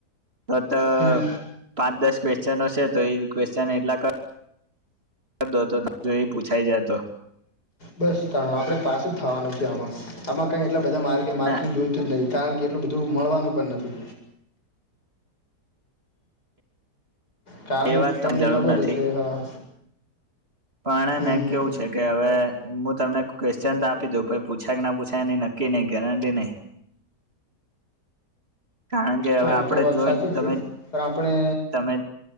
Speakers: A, on the right; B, on the left.
A: તો તો
B: હમ
A: પાંચ દસ ક્વેશ્ચનો છે તો એ ક્વેશ્ચન એટલા કર દો તો જો એ પૂછાઈ જાય તો.
B: બસ તાણ આપણે પાસ જ થવાનું છે આમાં આમાં કઈ એટલા બધા માર્ક માર્કિંગ
A: ના
B: જોય તું નહીં, કારણ કે એટલું બધું મળવાનું પણ નથી. કારણ
A: એ વાત
B: તમને
A: ત જરૂર
B: ખબર
A: નથી
B: હશે, હા.
A: પણ હે
B: હમ
A: ને,
B: હમ
A: કેવું છે. છે કે હવે હું તમને ક્વેશ્ચન તો આપી દઉં, પછી પૂછાય કે ના પૂછાય, એની નક્કી નહીં ગેરંટી નહીં. કારણ કે હવે
B: હા
A: આપણેે
B: એ તો વાત
A: જોય
B: સાચી
A: તમે
B: જ છે પણ આપણે
A: તમે